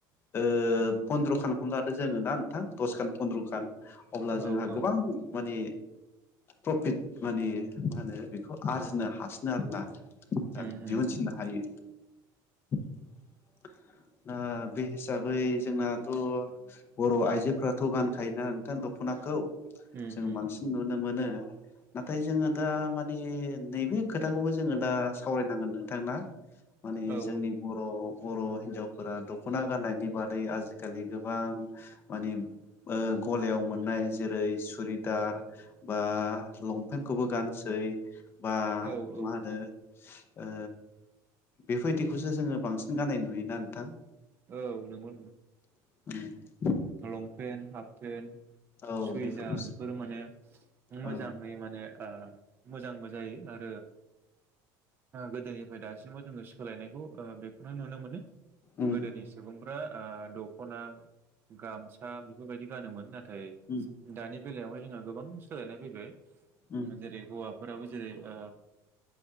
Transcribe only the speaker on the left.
ओ फन्द्रखानखौनो लादो जोङो ना नोंथां दसखान फन्द्र'खान अब्ला
जोंहा
गोबां माने प्रफिट मानि मा होनो बेखौ आरजिनो हासिनो आरोना औ
दिहुनसिननो
हायो। ओ बे हिसाबै जोंनाथ' बर' आइजोफथ' गानखायोना नोंथां दख'नाखौ।
जों
बांसिन
नुनो मोनो नाथाय जोङो दा मानि नैबे खोथाखौबो जोङो दा सावरायनांगोन नोंथां ना? माने
जोंनि बर' बर' हिनजावफोरा दख'ना गाननायनि बादै आजिखालि गोबां माने ओ गलायाव मोननाय जेरै सुरिदार बा लंपेन्टखौबो गानसै बा
मा होनो ओ बेबायदिखौसो जोङो बांसिन गान्नाय नुयोना नोंथां?
<inaudible>
औ
बेफोरखौसो
औ
उम
उम
उम